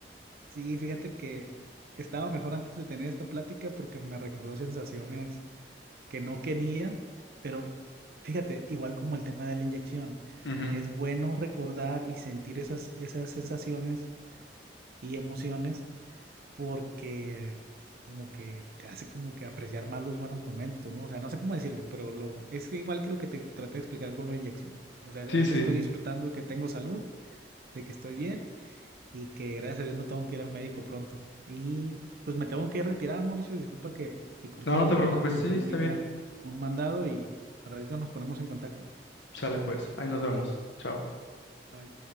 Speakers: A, on the right; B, on the left.
A: sí, fíjate que estaba mejor antes de tener esta plática porque me recordó sensaciones que no quería, pero fíjate, igual como el tema de la inyección,
B: Ujú.
A: es bueno recordar y sentir esas, esas sensaciones y emociones porque como que te hace como que apreciar más los buenos momentos, ¿no? O sea, no sé cómo decirlo, pero lo, es igual que lo que te traté de explicar con la inyección. O sea, ahorita
B: Sí, sí.
A: estoy disfrutando de que tengo salud, de que estoy bien y que gracias a Dios no tengo que ir al médico pronto. Y pues me tengo que retirar, Mauricio, disculpa que, que corte
B: No,
A: la
B: no
A: llamada,
B: te preocupes,
A: pero
B: sí,
A: tengo
B: está
A: ahorita
B: bien.
A: un mandado y al ratito nos ponemos en contacto.
B: Sale pues, ahí nos vemos. Chao.
A: Bye.